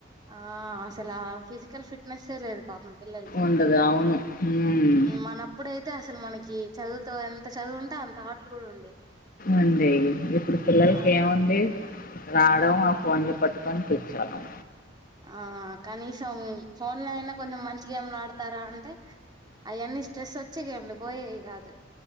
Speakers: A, on the right (about 20°); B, on the left (about 45°).
A: ఆ అసలు ఆ ఫిజికల్ ఫిట్నెస్సే లేదు పాపం పిల్లలకి
B: ఉండదు. అవును. హ్మ్.
A: మనప్పుడైతే అసలు మనకి చదువుతో ఎంత చదువు ఉంటే అంత ఆటలు కూడా ఉండేవి
B: ఉండేయి. ఇప్పుడు పిల్లలకేముంది?
A: ఆ
B: రావడం ఆ ఫోన్లు పట్టుకొని కూర్చోడం
A: ఆ కనీసం ఫోన్ లో అయినా కొంచెం మంచి గేమ్లు ఆడతారా అంటే అవన్నీ స్ట్రెస్ వచ్చే గేమ్లు పోయేవి కాదు